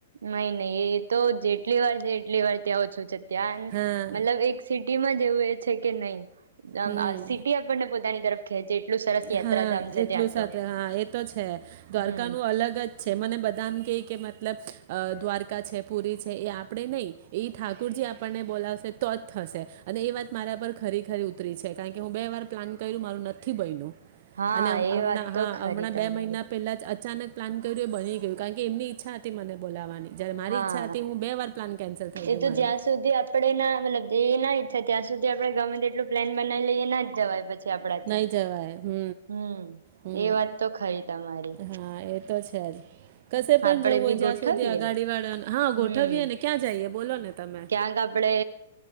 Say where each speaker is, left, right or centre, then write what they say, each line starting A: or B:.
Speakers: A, on the right (about 70°); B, on the right (about 50°).
A: નહી, નહી, એ તો જેટલી વાર છે. એટલીવાર ત્યાં ઓછું છે. ધ્યાન
B: હા
A: મતલબ એક સિટીમાં જેવું એ છે, કે નહી. આમ
B: હમ
A: આ સિટી આપણને પોતાની તરફ ખેંચે એટલું સરસ યાત્રાધામ
B: હા,
A: છે
B: એટલું
A: ત્યાં
B: સાથે
A: તો
B: હા એ તો છે. દ્વારકા
A: હમ
B: નું અલગ જ છે મને બધાને કે કે મ મતલબ દ્વારકા છે પુરી છે. એ આપણે નહીં એ ઠાકુરજી આપણને બોલાવશે તો જ થશે. અને એ વાત મારા પર ખરી ખરી ઉતરી છે કારણ કે હું બે વાર પ્લાન કર્યું મારું નથી બન્યું.
A: હા
B: અને હમણાં
A: એ વાત
B: હા,
A: તો ખરી
B: હમણાં
A: તમારી
B: બે મહિના પેલા જ અચાનક પ્લાન કર્યું. એ બની ગયું કારણ કે, એમની ઈચ્છા હતી, મને બોલાવવાની. જ્યારે મારી
A: હા,
B: ઈચ્છા હતી હું બે વાર પ્લાન કેન્સલ થઈ
A: એ
B: ગયું
A: તો
B: મારું
A: જ્યાં સુધી આપણે ના મતલબ જેના ત્યાં, સુધી આપડે ગમે તેટલું પ્લેન બનાવી લઈએ ના જવાય પછી, આપણાથી
B: નહીં જવાય હમ
A: હમ્મ,
B: હમ
A: એ વાત તો ખરી તમારી
B: હા એ તો છે જ કશે પણ
A: આપડે
B: જવું હોય
A: બી
B: જ્યાં
A: ગોઠવીય
B: સુધી અગાડી
A: હમ્મ,
B: વાળા હા ગોઠવીએ ને ક્યાં જઈએ બોલો ને તમે
A: ક્યાંક આપડે